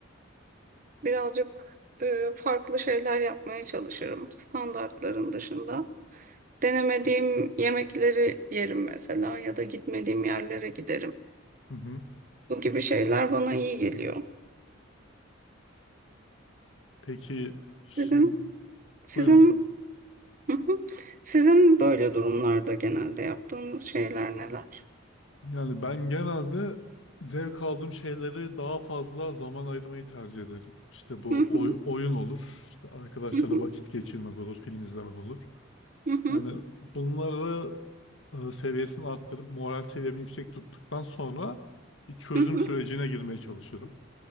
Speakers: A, on the right; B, on the left.
A: birazcık e, farklı şeyler yapmaya çalışırım standartların dışında. Denemediğim yemekleri yerim mesela ya da gitmediğim yerlere giderim.
B: Hı hı.
A: Bu gibi şeyler bana iyi geliyor.
B: Peki şimdi
A: Sizin sizin
B: buyurun.
A: Hı hı. sizin böyle durumlarda genelde yaptığınız şeyler neler?
B: Yani ben genelde zevk aldığım şeyleri daha fazla zaman ayırmayı tercih ederim. İşte bu
A: Hı hı,
B: oy- oyun olur, işte arkadaşlarla
A: hı hı,
B: vakit geçirmek olur, film izlemek olur.
A: hı
B: Yani bunları e, seviyesini arttırıp moral seviyemi yüksek tuttuktan sonra bir çözüm
A: hı,
B: sürecine girmeye çalışırım.